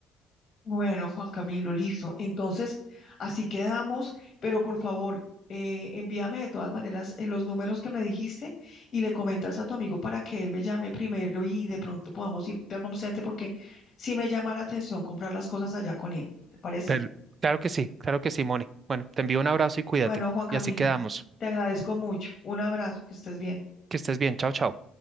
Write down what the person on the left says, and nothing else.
Bueno, Juan Camilo, listo. Entonces, así quedamos, pero por favor, eh, envíame de todas maneras eh, los números que me dijiste y le comentas a tu amigo para que él me llame primero y de pronto podamos ir a Home Center porque sí me llama la atención comprar las cosas allá con él. ¿Te parece?
Bueno, Juan Camilo,
te agradezco mucho. Un abrazo, que estés bien.